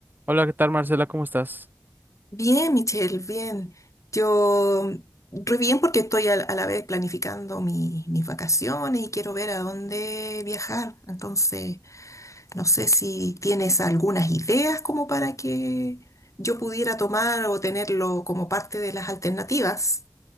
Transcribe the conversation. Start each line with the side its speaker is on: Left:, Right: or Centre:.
Right: Hola, ¿qué tal, Marcela? ¿Cómo estás?
Left: Bien, Michelle, bien. Yo, re bien porque estoy al- a, la vez planificando mi- mis vacaciones y quiero ver a dónde viajar. Entonces, no sé si tienes algunas ideas como para que yo pudiera tomar o tenerlo como parte de las alternativas.